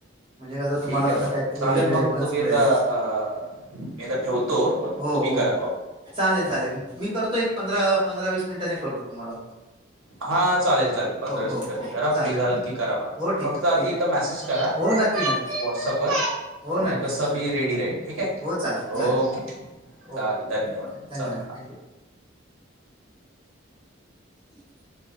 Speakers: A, on the right; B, on the right.
A: म्हणजे कसं तुम्हाला
B: ठीक आहेता
A: पण काहीतरी
B: चालेल
A: रेफरन्स
B: मग तुम्ही
A: मिळेल
B: आता अ ठेवतो मग
A: हो
B: तुम्ही
A: हो
B: करा का?
A: चालेल चालेल मी करतो एक पंधरा पंधरा वीस मिनिटांने करतो तुम्हाला फोन
B: हा चालेल चालेल पंधरा
A: हो
B: वीस
A: हो
B: मिनिटांनी
A: हो
B: करा
A: चालेल
B: फ्री झालात
A: चालेल
B: की करा मला पण
A: हो ठीक
B: फक्त
A: आहे
B: आधी
A: ठीक
B: एकदा
A: आहे
B: मेसेज करा.
A: हो नक्की नक्की
B: व्हॉट्सअप वर
A: हो
B: म्हणजे
A: नक्की
B: तस
A: सर
B: मी
A: नक्की
B: रेडी राहील ठीक आहे
A: हो चालेल चालेल
B: ओके. चालेल
A: ओके
B: धन्यवाद
A: धन्यवाद
B: चला हा.
A: थँक्यू हम्.